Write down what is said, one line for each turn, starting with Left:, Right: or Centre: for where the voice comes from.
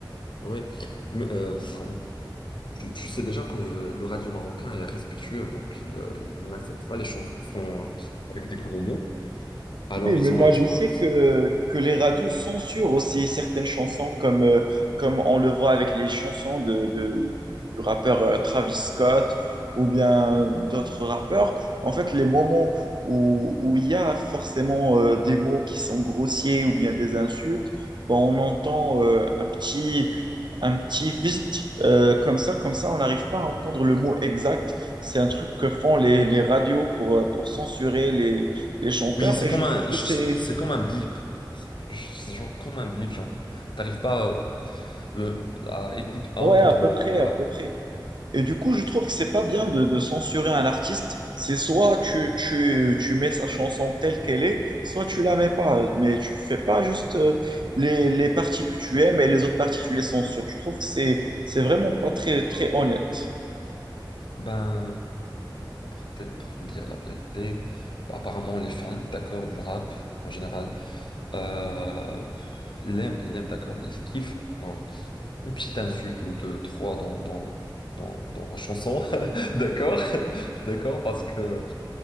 Left: Ouais. Mais, euh, enfin, Tu, tu sais déjà que le radio marocain est respectueux, donc il euh, il n'accepte pas les chansons euh, avec des gros mots. Alors
Right: Oui,
Left: ils
Right: mais moi
Left: ont, ils
Right: je sais
Left: ont.
Right: que, que les radios censurent aussi certaines chansons, comme, euh, comme on le voit avec les chansons de, de- du rappeur euh, Travis Scott ou bien euh, d'autres rappeurs. En fait, les moments où, où il y a forcément euh, des mots qui sont grossiers ou bien des insultes, bon, on entend euh, un petit, un petit vite euh, comme ça, comme ça, on n'arrive pas à entendre le mot exact. C'est un truc que font les, les radios pour, euh, pour censurer les les chanteurs,
Left: Oui, c'est
Right: et
Left: comme
Right: je trouve
Left: un,
Right: que
Left: je-
Right: c'est...
Left: c'est comme un blip. C'est Genre comme un blip, genre t'arrives pas euh, le, à écoute- à
Right: Ouais,
Left: entendre
Right: à peu
Left: le mot.
Right: près,
Left: Voilà.
Right: à peu près. Et du coup, je trouve que c'est pas bien de, de censurer un artiste. C'est soit tu, tu, tu mets sa chanson telle qu'elle est, soit tu la mets pas. Mais tu fais pas juste euh, les, les parties que tu aimes et les autres parties, tu les censures. Je trouve que c'est, c'est vraiment pas très, très honnête.
Left: Ben pour- peut-être pour te dire la vérité, apparemment les fans, d'accord, du rap en général. Euh, l'aime, l'aime, d'accord, il kiffe. Bon, une petite insulte ou deux, trois dans, dans, dans, dans la chanson, <laughs> d'accord, <laughs> d'accord, parce que